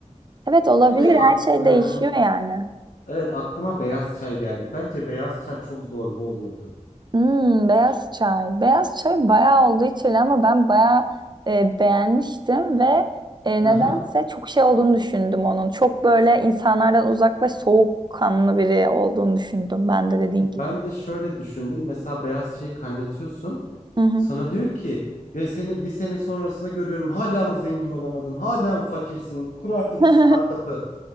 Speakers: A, on the right; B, on the left.
A: Evet olabilir.
B: Bir de
A: Her
B: ak-
A: şey
B: hı hı.
A: değişiyor yani.
B: Evet aklıma beyaz çay geldi. Bence beyaz çay çok zorba olurdu.
A: Hmm, beyaz çay. Beyaz çay bayağı oldu içili ama ben bayağı e, beğenmiştim ve e,
B: Hı
A: nedense
B: hı.
A: çok şey olduğunu düşündüm onun. Çok böyle insanlardan uzak ve soğukkanlı biri olduğunu düşündüm ben de dediğin gibi.
B: Ben de şöyle düşündüm. Mesela beyaz çayı kaynatıyorsun.
A: Hı hı.
B: Sana diyor ki ya senin bir sene sonrasını görüyorum. Hala mı zengin olamadın? Hala mı fakirsin? Kur artık
A: <laughs>
B: şu startup'ı.